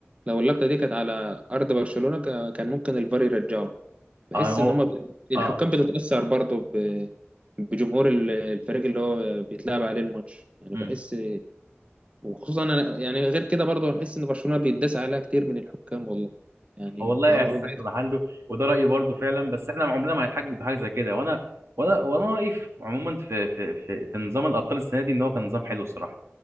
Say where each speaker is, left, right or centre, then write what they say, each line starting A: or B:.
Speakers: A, on the right; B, on the right.
A: لو اللقطة دي كانت على أرض برشلونة كا- كان ممكن الفار يرجعه بحس
B: اه هو
A: إن هما ب... الحكام
B: اه
A: بتتأثر برضه ب... بجمهور ال- الفريق اللي هو بيتلعب عليه الماتش يعني
B: امم
A: بحس وخصوصا انا يعني غير كده برضه هحس ان برشلونه بيتداس عليها كتير من الحكام والله يعني
B: هو والله
A: هروحوا
B: احساسك
A: بعيد
B: في محله وده رايي برضو فعلا بس احنا عمرنا ما هنتحجج بحاجه زي كده وانا وانا وانا رايي في- عموما في في في, في نظام الابطال السنه دي ان هو كان نظام حلو الصراحه